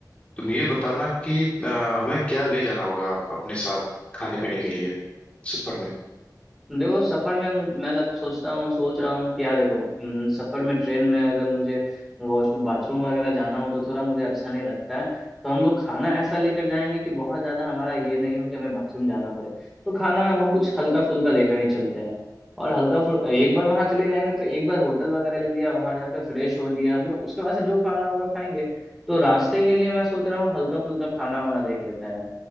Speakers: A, on the left (about 20°); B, in the centre.
A: तुम ये बताना कि अ, हमें क्या ले जाना होगा अपने साथ खाने पीने के लिए सफर में
B: देखो सफर में मुझ- मैं लग, सोचता हूँ सोच रहा हूँ कि यार देखो उम, सफर में ट्रेन में अगर मुझे वॉशरूम बाथरूम वगैरह जाना हो तो थोड़ा मुझे अच्छा नहीं लगता है तो हम लोग खाना ऐसा लेकर जाएंगे कि बहुत ज्यादा हमारा ये नहीं हो कि हमें बाथरूम जाना पड़े तो खाना हम कुछ हल्का फुल्का लेकर ही चलते हैं और हल्का फुल एक बार वहां चले जाएंगे तो एक बार होटल वगैरह ले लिया वहां जाकर फ्रेश हो लिए हम लोग उसके बाद से जो खाना होगा खाएंगे तो रास्ते के लिए मैं सोच रहा हूँ हल्का फुल्का खाना वाना देख लेते हैं